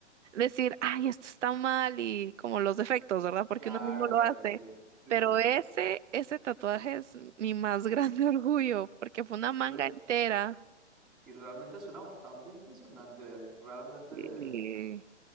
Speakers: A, on the right; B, in the centre.
A: decir, ay, esto está mal y como los defectos, ¿verdad? Porque
B: Claro,
A: uno mismo
B: claro,
A: lo hace.
B: sí. Sí,
A: Pero
B: sí, sí.
A: ese, ese tatuaje es mi más grande <laughs> orgullo porque fue una manga
B: No,
A: entera.
B: y realmente suena bastante impresionante. Realmente,
A: Y-